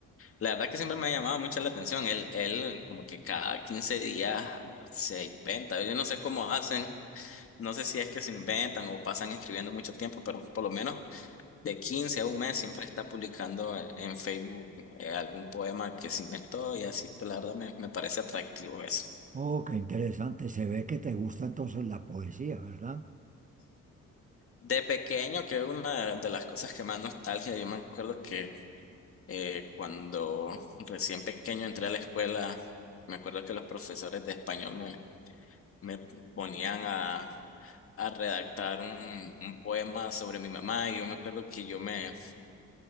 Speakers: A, on the left; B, on the right.
A: la verdad que siempre me ha llamado mucho la atención. Él, él como que cada 15 días se inventa. Yo no sé cómo hacen, no sé si es que se inventan o pasan escribiendo mucho tiempo, pero por lo menos de 15 a un mes siempre está publicando en Facebook eh, algún poema que se inventó y así, pues, la verdad me, me parece atractivo eso.
B: oh, qué interesante. Se ve que te gusta entonces la poesía, ¿verdad?
A: De pequeño, que una de las cosas que más nostalgia, yo me acuerdo que eh, cuando recién pequeño entré a la escuela, me acuerdo que los profesores de español me, me ponían a, a redactar un, un poema sobre mi mamá y yo me acuerdo que yo me